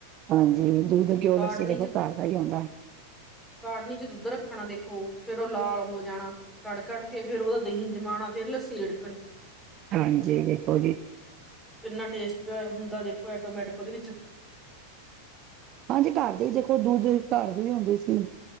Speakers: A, on the right; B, in the centre.
A: ਹਾਂਜੀ, ਦੁੱਧ ਘਿਉ,
B: ਕਾੜਨੀ
A: ਲੱਸੀ ਦੇਖੋ
B: ਚ
A: ਘਰ ਸਹੀ ਹੁੰਦਾ।
B: ਕਾੜਨੀ ਚ ਦੁੱਧ ਰੱਖਣਾ ਦੇਖੋ ਫੇਰ ਉਹ ਲਾਲ ਹੋ ਜਾਣਾ। ਕੜ- ਕੱੜ ਕੇ ਫੇਰ ਉਹਦਾ ਦਹੀਂ ਜਮਾਣਾ ਫੇਰ ਲੱਸੀ ਰਿ
A: ਹਾਂਜੀ ਉਹੀ।
B: ਕਿੰਨਾ ਟੇਸਟ ਹੁੰਦਾ ਦੇਖੋ ਐਟੋਮੈਟਿਕ ਉਹਦੇ ਵਿੱਚ
A: ਹਾਂਜੀ ਘਰ ਦੇ ਹੀ ਦੇਖੋ ਦੁੱਧ ਘਰ ਦੇ ਵੀ ਹੁੰਦੇ ਸੀ